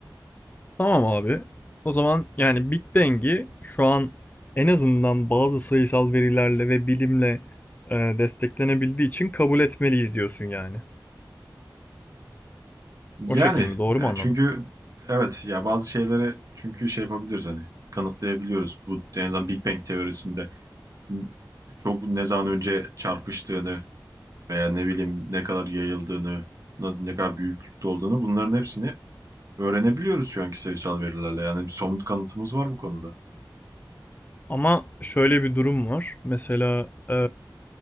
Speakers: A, on the left; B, on the right.
A: Tamam abi. O zaman yani Big Bang'i şu an en azından bazı sayısal verilerle ve bilimle e, desteklenebildiği için kabul etmeliyiz diyorsun yani.
B: Yani
A: O şekil mi? Doğru
B: e,
A: mu anladım?
B: çünkü evet ya bazı şeyleri çünkü şey yapabiliriz hani kanıtlayabiliyoruz. Bu en azından Big Bang teorisinde m- çok ne zaman önce çarpıştığını veya ne bileyim ne kadar yayıldığını, na- ne kadar büyüklükte olduğunu bunların hepsini öğrenebiliyoruz şu anki sayısal verilerle. Yani bir somut kanıtımız var bu konuda.
A: Ama şöyle bir durum var. Mesela e,